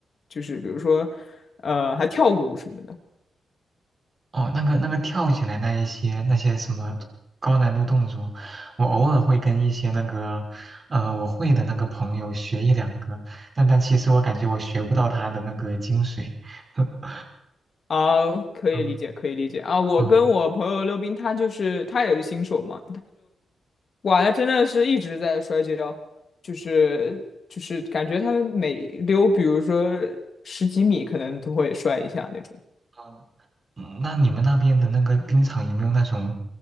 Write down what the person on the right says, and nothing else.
哦，那个那个跳起来那一些那些什么高难度动作，我偶尔会跟一些那个，呃，我会的那个朋友学一两个，但但其实我感觉我学不到他的那个精髓。<laughs>
嗯
嗯
嗯，嗯那你们那边的那个冰场有没有那种，